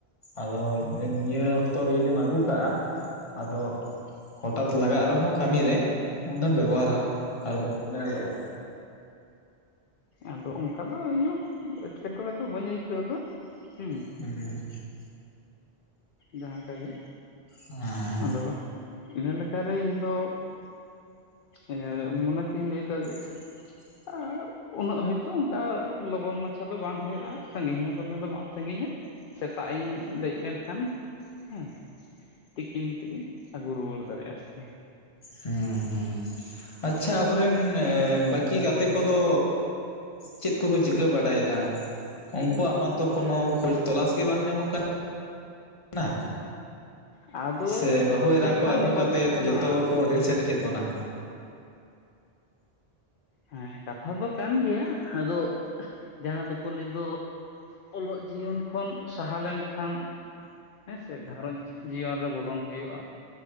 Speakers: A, on the left; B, on the left.
A: ᱟᱫᱚ ᱱᱤ ᱱᱤᱭᱟᱹ ᱚᱠᱛᱚᱨᱮ ᱡᱩᱫᱤᱢ ᱟᱹᱜᱩ ᱠᱟᱜᱼᱟ ᱟᱫᱚ, ᱦᱚᱴᱟᱛ ᱞᱟᱜᱟᱜ ᱨᱮᱦᱚᱸ ᱠᱟᱹᱢᱤ ᱨᱮ ᱩᱱᱫᱚᱢ ᱵᱮᱵᱚᱦᱟᱨᱟ <unintelligible> ᱫᱟᱲᱮᱭᱟᱜᱼᱟ᱾
B: ᱟᱫᱚ ᱚᱝᱠᱟ ᱫᱚ ᱤᱧ ᱦᱚᱸ ᱮᱴᱠᱮᱴᱚᱬᱮ ᱫᱚ ᱵᱟᱹᱧ ᱟᱹᱭᱠᱟᱹᱣ ᱫᱟ ᱦᱚᱸ᱾
A: <unintelligible>
B: ᱡᱟᱦᱟᱸ ᱞᱮᱠᱟ ᱜᱮ,
A: ᱦᱚᱸ
B: ᱟᱫᱚ ᱤᱱᱟᱹ ᱞᱮᱠᱟᱨᱮ ᱤᱧ ᱫᱚ ᱮᱸᱜ ᱢᱚᱱᱮ ᱛᱤᱧ ᱞᱮᱭᱫᱟ ᱡᱮ,
A: <inaudible>
B: ᱟᱸ ᱩᱱᱟᱹᱜ ᱦᱚᱭᱛᱳ ᱚᱝᱠᱟ ᱞᱚᱜᱚᱱ ᱢᱟᱪᱷᱟ ᱫᱚ ᱵᱟᱝ ᱦᱳᱭᱳᱜᱼᱟ ᱥᱟᱺᱜᱤᱧ ᱦᱚᱸ ᱫᱚᱢᱮ ᱫᱚ ᱵᱟᱝ ᱥᱟᱺᱜᱤᱧᱟ᱾ ᱥᱮᱛᱟᱜ ᱤᱧ ᱫᱮᱜ ᱞᱮᱱᱠᱷᱟᱱ ᱦᱮᱸ ᱴᱤᱠ, ᱠᱤᱱ ᱛᱤᱜᱤ ᱟᱹᱜᱩ ᱨᱩᱣᱟᱹᱲ ᱫᱟᱲᱮᱭᱟᱜᱼᱟ ᱟᱨᱠᱤ᱾
A: ᱦᱮᱸ ᱦᱮᱸ ᱟᱪᱪᱷᱟ ᱟᱵᱚᱨᱮᱱ ᱵᱟᱹᱠᱤ ᱜᱟᱛᱮ ᱠᱚᱫᱚ, ᱪᱮᱫ ᱠᱚᱠᱚ ᱪᱤᱠᱟᱹ ᱵᱟᱲᱟᱭᱮᱫᱟ ᱩᱝᱠᱩᱣᱟᱜ ᱢᱟᱛᱚ ᱠᱳᱱᱳ ᱠᱷᱚᱡᱽ ᱛᱚᱞᱟᱥ ᱜᱮ ᱵᱟᱝ ᱧᱟᱢᱚᱜ ᱠᱟ ᱱᱟ᱾
B: ᱟᱫᱚ
A: ᱥᱮ ᱵᱟᱹᱦᱩ ᱮᱨᱟ
B: ᱡᱟᱦᱟᱸ
A: ᱠᱚ ᱟᱹᱜᱩ
B: ᱧᱮᱞᱚᱜᱚᱜ
A: ᱠᱟᱛᱮᱫ
B: ᱠᱟᱱᱟ
A: ᱡᱚᱛᱚ ᱠᱚ ᱦᱤᱨᱤ ᱥᱟᱹᱨᱤ ᱠᱮᱫ ᱵᱚᱱᱟ᱾
B: ᱦᱮᱸ ᱠᱟᱛᱷᱟ ᱫᱚ ᱠᱟᱱ ᱜᱮᱭᱟ ᱟᱫᱚ ᱡᱟᱦᱟᱸ ᱫᱚᱠᱚ ᱞᱟᱹᱭ ᱫᱚ, ᱚᱞᱚᱜ ᱡᱤᱭᱚᱱ ᱠᱷᱚᱱ ᱥᱟᱦᱟ ᱞᱮᱱᱠᱷᱟᱱ, ᱦᱮᱸ ᱥᱮ ᱜᱷᱟᱨᱚᱸᱡᱽ ᱡᱤᱭᱚᱱ ᱨᱮ ᱵᱚᱞᱚᱱ ᱦᱩᱭᱩᱜᱼᱟ᱾